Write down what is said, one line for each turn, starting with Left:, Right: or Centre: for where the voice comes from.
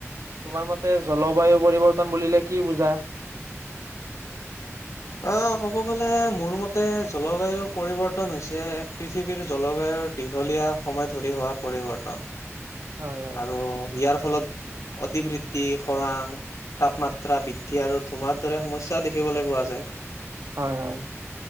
Right: তোমাৰ মতে জলবায়ু পৰিৱৰ্তন বুলিলে কি বুজা?
Left: অ, ক'ব গলে মোৰ মতে জলবায়ু পৰিৱৰ্তন হৈছে পৃথিৱীৰ জলবায়ুৰ দীঘলীয়া সময় ধৰি হোৱা পৰিৱৰ্তন।
Right: হয় হয়
Left: আৰু ইয়াৰ ফলত অতিবৃত্তি খৰাং, তাপমাত্ৰা বৃদ্ধি আৰু ধুঁমাৰ দৰে সমস্যাও দেখিবলৈ পোৱা যায়।
Right: হয়, হয়।